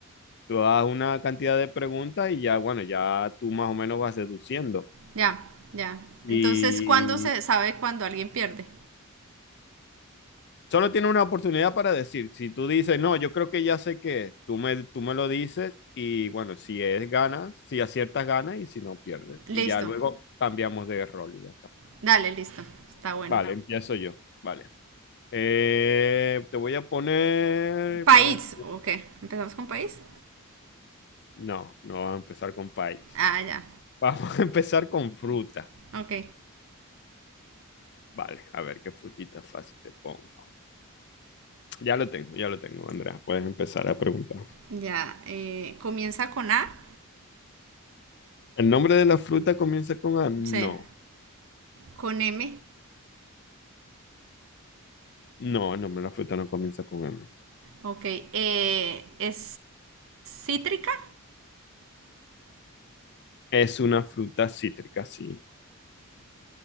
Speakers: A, on the left; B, on the right.
A: Tú das una cantidad de preguntas y ya, bueno, ya tú más o menos vas deduciendo.
B: Ya, ya.
A: Y
B: Entonces, ¿cuándo se sabe cuándo alguien pierde?
A: solo tiene una oportunidad para decir, si tú dices, no, yo creo que ya sé qué, es", tú me, tú me lo dices y bueno, si es ganas, si aciertas ganas y si no pierdes.
B: Listo.
A: Y ya luego cambiamos de rol y ya está.
B: Dale, listo. Está bueno.
A: Vale, empiezo yo. Vale. Eh, te voy a poner
B: País,
A: para... em-
B: ok. ¿Empezamos con país?
A: No, no vamos a empezar con país.
B: Ah, ya.
A: <laughs> Vamos a empezar con fruta.
B: Ok.
A: Vale, a ver qué frutita fácil te pongo. Ya lo tengo, ya lo tengo, Andrea. Puedes empezar a preguntar.
B: Ya. eh, ¿Comienza con A?
A: ¿El nombre de la fruta comienza con A? No.
B: Sí. ¿Con M?
A: No, el nombre de la fruta no comienza con M.
B: Ok, eh, es cítrica,
A: Es una fruta cítrica, sí.